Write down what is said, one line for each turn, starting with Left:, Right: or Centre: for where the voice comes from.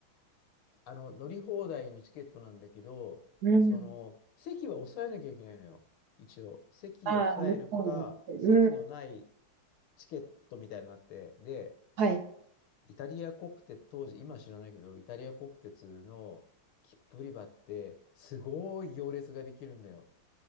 Left: あの、乗り放題のチケットなんだけど、
Right: うん。
Left: その、席は抑えなきゃいけないのよ。一応。席を抑えるか、
Right: ああ、向こうに。
Left: 席のない
Right: うん。
Left: チケットみたいなのがあって、で、
Right: はい。
Left: イタリア国鉄、当時、今知らないけど、イタリア国鉄の切符売り場って、すごい行列ができるんだよ。